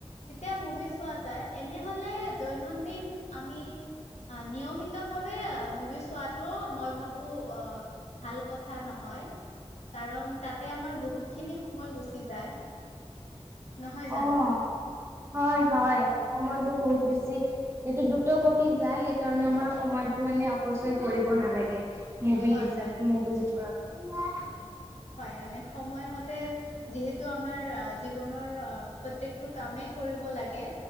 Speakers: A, on the left; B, on the right.
A: তেতিয়া মুভি চোৱা যায়। এনেহলে দৈনন্দিন আমি নিয়মিতভাৱে মুভি চোৱাটো মই ভাবো অ ভাল কথা নহয় কাৰণ তাতে আমাৰ বহুতখিনি সময় গুচি যায়। নহয় জানো?
B: অ'। হয় হয়, সময়টো বহুত বেছি যিটো দ্ৰুত গতিত যায় সেইকাৰণে আমাৰ সময়টো মানে অপচয় কৰিব নালাগে। মুভি
A: হয়
B: হিচাপ
A: হয়
B: মুভিৰ
A: নিশ্চয়
B: ওপৰত।
A: হয় আমি সময়মতে যিহেতু আমাৰ আ জীৱনৰ প্ৰত্যেকটো কামেই কৰিব লাগে